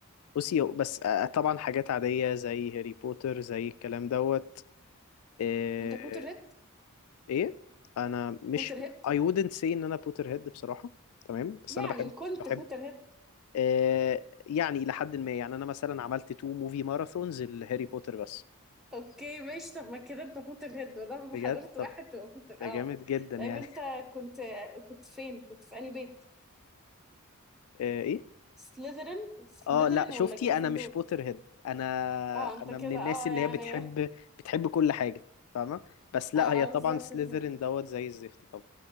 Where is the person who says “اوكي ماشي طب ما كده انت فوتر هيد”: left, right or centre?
Centre